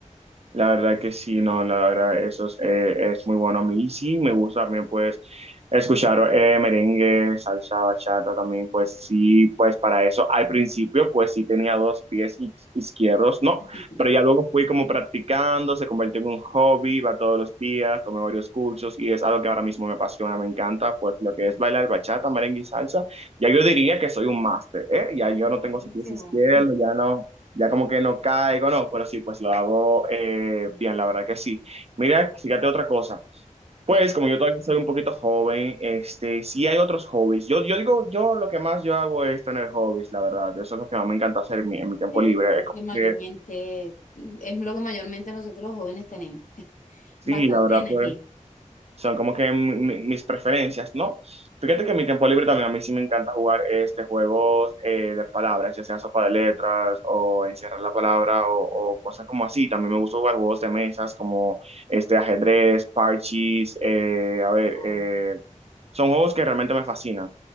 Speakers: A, on the right (about 50°); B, on the left (about 80°).
A: La verdad que sí, no, la verdad, eso es, eh, es muy bueno a mí. Y sí, me gusta también, pues, escuchar eh, merengue, salsa, bachata también, pues sí, pues para eso. Al principio, pues sí tenía dos pies i- izquierdos, ¿no?
B: <laughs>
A: Pero ya luego fui como practicando, se convirtió en un hobby, va todos los días, tomé varios cursos y es algo que ahora mismo me apasiona, me encanta, pues lo que es bailar bachata, merengue y salsa. Ya yo diría que soy un máster, ¿eh? Ya
B: Ah,
A: yo no
B: buenísimo.
A: tengo sus pies izquierdos, ya no ya como que no caigo, no, pero sí, pues lo hago eh, bien, la verdad que sí. Mira, fíjate otra cosa.
B: Cuéntame.
A: Pues como yo todavía soy un poquito joven, este, sí hay otros hobbies. Yo, yo digo, yo lo que más yo hago es tener hobbies, la verdad. Eso es lo que más me encanta hacer en mi, en mi tiempo
B: Sí,
A: libre.
B: eso es
A: Como
B: lo que mayormente,
A: que,
B: es lo que mayormente nosotros los jóvenes tenemos. <laughs>
A: sí,
B: Bastante
A: la verdad,
B: energía.
A: pues son como que mi- mis preferencias, ¿no? Fíjate que en mi tiempo libre también a mí sí me encanta jugar este, juegos eh, de palabras, ya sea sopa de letras o encierrar la palabra o, o cosas como así. También me gusta jugar juegos de mesas como este, ajedrez, parchís, eh, a ver,
B: Ah.
A: eh, son juegos que realmente me fascinan.